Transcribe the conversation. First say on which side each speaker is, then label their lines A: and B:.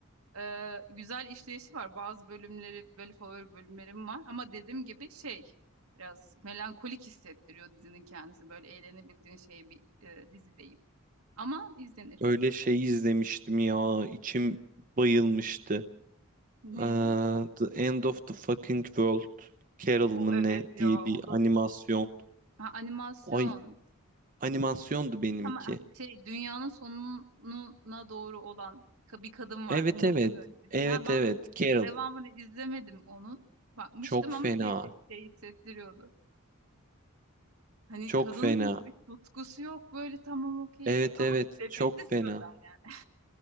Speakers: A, on the right; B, on the right.
A: Ee, güzel işleyişi var. Bazı bölümleri, böyle favori bölümlerim var. Ama dediğim gibi şey, biraz melankolik hissettiriyor dizinin kendisi. Böyle eğlenebildiğin şey bir e, dizi değil. Ama izlenir.
B: Öyle şey izlemiştim ya. içim bayılmıştı.
A: Neydi?
B: Aa, The End of the Fucking World Carol
A: O
B: mı
A: evet
B: ne
A: ya,
B: diye bir
A: o da
B: animasyon.
A: ha, animasyon.
B: Ay animasyondu benimki.
A: Ama şey dünyanın sonuna doğru olan ka- bir kadın var
B: Evet
A: umursamıyor
B: evet.
A: gibi.
B: Evet
A: bir şey. Ha, ben
B: evet. Carol.
A: devamını izlemedim onun. Bakmıştım
B: Çok
A: ama
B: fena.
A: şeydi şey hissettiriyordu. Hani
B: Çok
A: kadının
B: fena.
A: hiçbir tutkusu yok böyle tamam okey
B: Evet
A: ama
B: evet.
A: depresif
B: Çok fena.
A: yönden yani.